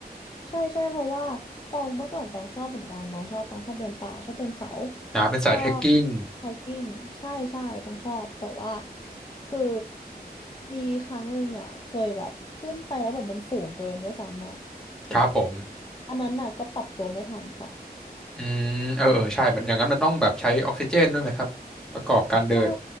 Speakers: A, on the left (about 30°); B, in the centre.
A: ใช่ใช่เพราะว่าตองเมื่อก่อนตองชอบเหมือนกันน้องชอบตองชอบเดินป่าชอบเดินเขา
B: นาเป็นสายเทรคกิ้ง
A: ชอบไฮกิ้งใช่ใช่ตองชอบแต่ว่าคือมีครั้งหนึ่งอ่ะเคยแบบขึ้นไปแล้วเหมือนมันสูงเกินด้วยซ้ำอ่ะ
B: ครับผม
A: อันนั้นน่ะก็ปรับตัวไม่ทันค่ะ
B: อืมเออเออใช่มันอย่างนั้นมันต้องแบบใช้ออกซิเจนด้วยไหมครับ ประกอบการเดิน
A: ใช่